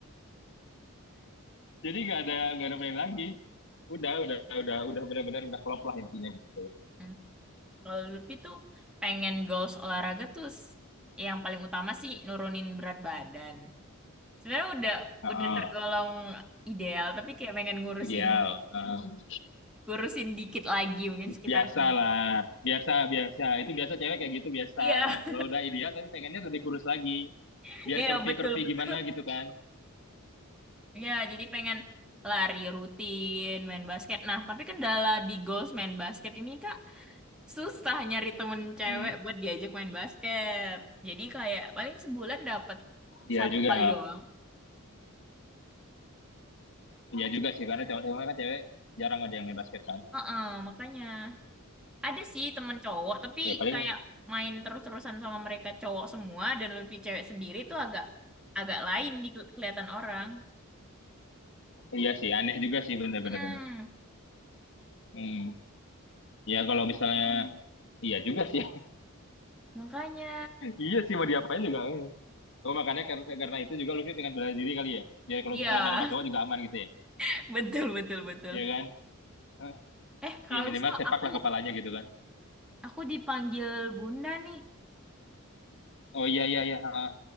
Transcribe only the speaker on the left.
Jadi nggak ada nggak ada main lagi. Udah udah udah udah benar-benar udah klop lah intinya gitu.
Heeh,
ideal. Heeh.
biasa
lah, biasa biasa. Itu biasa cewek kayak gitu biasa.
Kalau udah ideal tapi pengennya lebih kurus lagi,
biar
curvy
curvy
gimana gitu kan.
Hmm,
iya
juga,
iya juga sih karena cewek karena kan cewek jarang ada yang main basket kan.
Ya paling
iya sih, aneh juga sih bener-bener.
Hmm, ya kalau misalnya iya juga sih.
Iya sih mau diapain juga. eh. Oh makanya karena, karena itu juga Luffy pengen bela diri kali ya. dia kalau
misalnya main sama cowok juga aman gitu ya.
Iya kan? Hah,
Iya
minimal sepak
lah kepalanya gitu kan.
Oh iya iya iya. Ah,